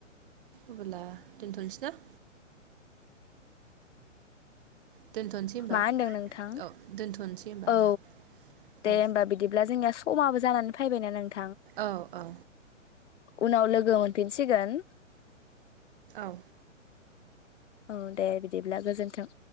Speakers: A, on the right; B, on the left.
A: अब्ला दोनथनोसै ना? दोनथ'नोसै होमबा
B: मा होनदों नोंथां
A: औ दोनथ'नोसै होमबा
B: औ
A: आदा औ
B: दे होमबा बिदिब्ला जोंनिया समाबो जानानै फैबायना नोंथां।
A: औ औ।
B: उनाव लोगो मोन फिनसिगोन।
A: औ
B: औ दे बिदिब्ला गोजोन्थों।